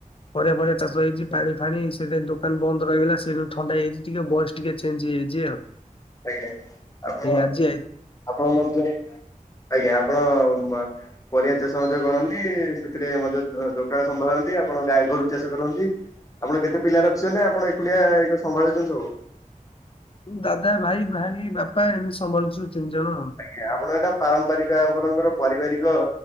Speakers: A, on the left; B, on the left.
A: ପରିବା ଫରିବା ଚାଷ ହେଇଚି ପାଣି ଫାଣି ସେଇଥି ପାଇଁ ଦୋକାନ ବନ୍ଦ ରହିଗଲା ସେଦିନୁ ଥଣ୍ଡା ହେଇଯାଇଛି ଟିକେ ଭୟେସେ ଟିକେ ଚେଞ୍ଜେ ହେଇଯାଇଛି ଆଉ।
B: ଆଜ୍ଞା ଆପଣ
A: ଏଇ ଆଜି ଆଇ
B: ଆପଣ ମଧ୍ୟ ଆଜ୍ଞା ଆପଣ ପରିବା ଚାଷ ମଧ୍ୟ କରନ୍ତି। ସେଥିରେ ମଧ୍ୟ ଦୋକାନ ସମ୍ଭାଳନ୍ତି ଆପଣ ଗାଈ ଗୋରୁ ଚାଷ କରନ୍ତି? ଆପଣ କେତେ ପିଲା ରଖିଛନ୍ତି ନା ଆପଣ ଏକୁଡିଆ ଏଇ ସମ୍ଭାଳୁଛନ୍ତି ସବୁ?
A: ଦାଦା ଭାଇ ଭାଇ ବାପା ଏମିତି ସମ୍ଭାଳିୁଚନ୍ତି ତିନି ଜଣ।
B: ଆଜ୍ଞା ଆପଣ ଏଇଟା ପାରମ୍ପରିକ ଆପଣଙ୍କର ପରିବାରିକ